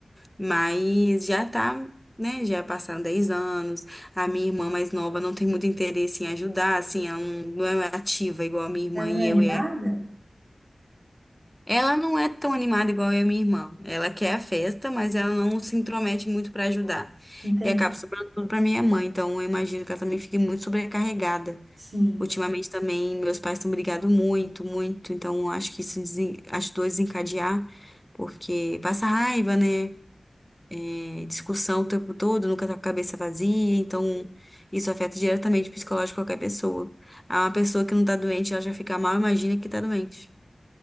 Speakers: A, in the centre; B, on the right.
A: Mas já tá, né? Já passaram 10 anos. A minha irmã mais nova não tem muito interesse em ajudar, assim, ela não, não é ativa igual a minha irmã
B: Ela não
A: e
B: é
A: eu
B: animada?
A: Ela não é tão animada igual eu e minha irmã. Ela quer a festa, mas ela não se intromete muito pra ajudar.
B: Entendi.
A: E acaba sobrando tudo pra minha mãe. Então eu imagino que ela também fique muito sobrecarregada.
B: Sim.
A: Ultimamente também meus pais estão brigando muito, muito. Então eu acho que isso desen- ajudou a desencadear, porque passa raiva, né? É, discussão o tempo todo, nunca tá com a cabeça vazia. Então isso afeta diretamente o psicológico de qualquer pessoa. Ah, Uma pessoa que não tá doente, ela já fica mal, imagina que tá doente.